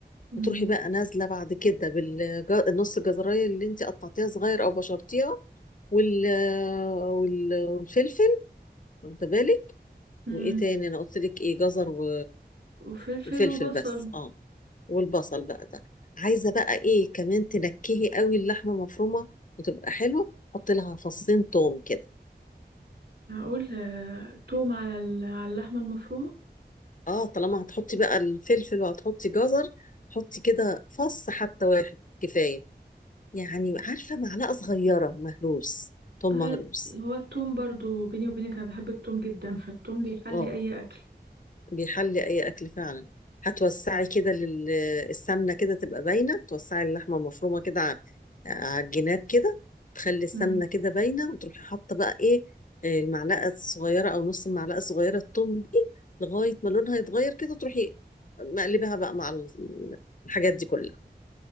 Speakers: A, on the right; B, on the left.
A: امم
B: وتروحي بقى نازلة بعد كده بالنص جزراية اللي انت قطعتيها صغير او بشرتيها وال... وال... والفلفل واخدة بالك
A: امم
B: وايه تاني انا قلت لك ايه جزر و...
A: وفلفل
B: وفلفل
A: وبصل
B: بس اه والبصل بقى ده عايزة بقى ايه كمان تنكهي قوي اللحمة مفرومة وتبقى حلوة حط لها فصين توم كده
A: هقول آه، توم على ال- على اللحمة المفرومة
B: اه طالما هتحطي بقى الفلفل وهتحطي جزر حطي كده فص حتى واحد كفاية يعني عارفة معلقة صغيرة مهروس ثوم
A: آه،
B: مهروس
A: هو التوم برضو بيني وبينك انا بحب التوم جدا فالتوم بيحلي
B: اه
A: اي اكل
B: بيحلي أي أكل فعلا هتوسعي كده لل- السمنة كده تبقى باينة توسعي اللحمة المفرومة كده ع- على الجناب كده تخلي السمنة
A: مم.
B: كده باينة وتروحي حاطة بقى إيه آه، المعلقة الصغيرة أو نص المعلقة الصغيرة الثوم دي لغاية ما لونها يتغير كده تروحي مقلبها بقى مع ال- الحاجات دي كلها